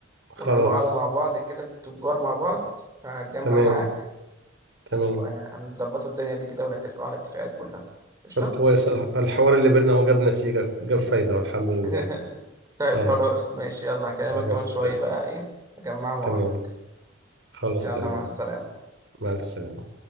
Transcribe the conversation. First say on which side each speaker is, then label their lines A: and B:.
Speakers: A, on the right; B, on the right.
A: خلاص
B: ونعملوا قعدة مع بعض كده تجار مع بعض هتجمع
A: تمام
B: معاك
A: تمام
B: وهنظبطوا الدنيا دي كده ونتفقوا على الاتفاقات كلها قشطة
A: طب كويس الح- الحوار اللي بينا هو جاب نتيجة جاب فايدة والحمد لله
B: <laughs> طيب
A: آه
B: خلاص ماشي يلا هكلمك
A: خلاص
B: كمان شوية
A: ت-
B: بقى ايه اجمعهم واقول
A: تمام
B: لك
A: خلاص
B: يلا
A: تمام
B: مع السلامة
A: مع السلامة